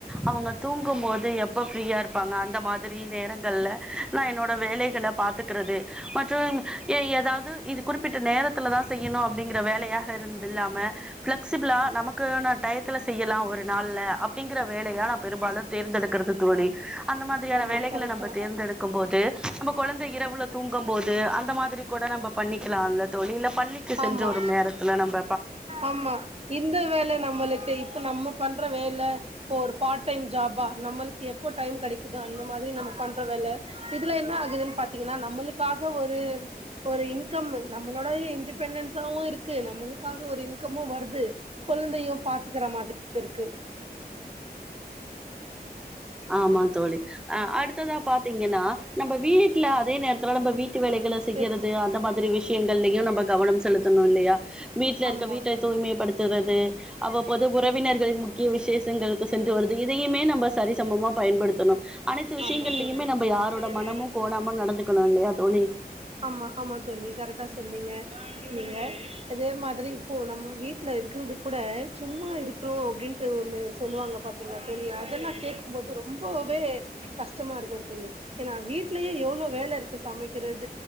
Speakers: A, in the centre; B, on the right (about 35°).
A: அவ்ங்க தூங்கும் போது எப்போ ஃப்ரீயா இருப்பாங்க அந்த மாதிரி நேரங்கள்ல நா என்னோட வேலைகள பாத்துக்கிறது மற்று எதாவ்து இது குறிப்பிட்ட நேரத்தில தா செய்யணு அப்டிங்கிற வேலையாக இருந் தில்லாம பிளெக்சிபிளா நமக்கான டயத்துல செய்யலா ஒரு நாள்ல அப்டிங்கற வேலையா நா பெரும்பாலு தேர்ந்தெடுக்கிறது தோழி அந்த மாதிரியான
B: ஆமா
A: வேலைகள
B: கரெக்டா
A: நம்ப தேர்ந்தெடுத் க்கும் போது நம்ப கொழந்த இரவுல தூங்கும் போது அந்த மாதிரி கூட நம்ம பண்ணிக்கலால தோழி இல்ல பள்ளிக் சென்று
B: ஆமா
A: வரும் நேரத்துல நம்ப
B: ஆமா இந்த வேல நம்மளுக்கு இப்ப நம்ம பண்ற வேல போர் பார்ட் டைம் ஜாபா நம்மளுக்கு எப்போ டைம் கெடைக்குதோ அந்த மாதிரி நம்ம பண்ற வேல இதுல என்ன ஆகுதுன் பாத்தீங்கன்னா நம்மளுக்காக ஒரு ஒரு இன்கம் நம்மளோடைய இன்டி பென்டன்ஸாவு இருக்கு நம்மளுக்காக ஒரு இன்கமு வர்து கொழ்ந்தயு பாத்துக்ற மாதிரி இருக்கு
A: ஆமா தோழி ஆ அடுத்ததா பாத்தீங்கன்னா நம்ம வீட்ல அதே நேரத்துல நம்ம வீட்டு வேலைகள செய்யறது
B: பேச்சு
A: அந்த மாதிரி விஷயங்கள்லயு நம்ப கவனோ செலுத்தணு இல்லியா வீட்டுல இருக்க
B: ஆமா
A: வீட்ட தூய்மைப்படுத்துறது அவ்வப்போது உறவினர்கள்
B: ம்
A: முக்கிய விசேஷங்களுக்கு சென்று வருது இதயுமே நம்ப சரிசமமா பயன்படுத்தணு அனைத்து விஷயங்கள்லயுமே
B: ஆமா தோழி
A: நம்ம யாரோட் மனமு கோணாம நடந்துக்கணு இல்லியா தோழி
B: ஆமா ஆமா தோழி கரெட்டா சொன்னீங்க நீங்க இதே மாதிரி இப்போ நம்ம வீட்டுல இருக்கிறதுக் கூட சும்மா இருக்ரோ அப்டின்ட்டு ஒன்னு சொல்லுவாங்க பாத்தீங்ளா தோழி அதெல்லா கேட் போது ரொம்பவே கஷ்டமா இருக்கு தோழி ஏன்னா வீட்லயே எவ்ளோ வேல இருக்கு சமைக்கிறது